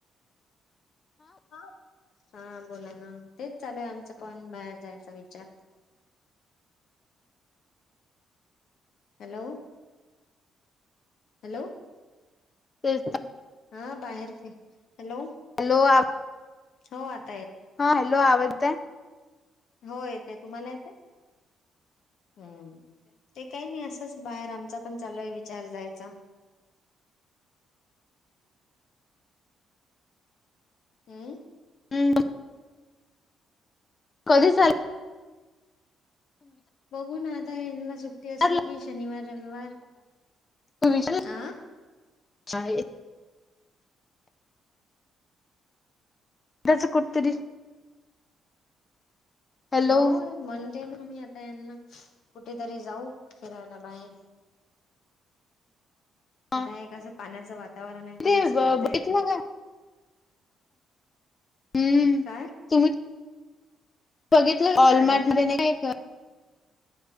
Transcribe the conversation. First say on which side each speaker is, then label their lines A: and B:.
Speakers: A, on the left (about 70°); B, on the left (about 35°).
A: हा. हा बोला ना तेच चालूय आमचं पण बाहेर जायचा विचार. हॅलो हॅलो
B: ते ते
A: हा बाहेरचे हॅलो
B: हॅलो आप
A: हो आत
B: हा हॅलो आवडताय?
A: हो येत तुम्हाला येत? हम्म ते काही नाही असंच. बाहेर आमचा पण चालू आहे विचार जायचा. हम्म.
B: हम्म कधी चाले?
A: बघू ना आता हेना सुट्टी
B: विचारला
A: असली की शनिवार रविवार
B: त विचार
A: हा
B: एकदाचा कुठतरी. हॅलो
A: हो मण ना मी आता यांना कुठेतरी जाऊ फिरायला बाहेर.
B: हा
A: आता एकसं पाण्याचं वातावरण आहे
B: तुम्ही
A: तर
B: ते
A: मस्त जाता
B: बघितलं
A: येते.
B: का हम्म
A: काय
B: तुम्ही. बघितलं वॉलमार्ट
A: काय बघ
B: मध्ये नाही का?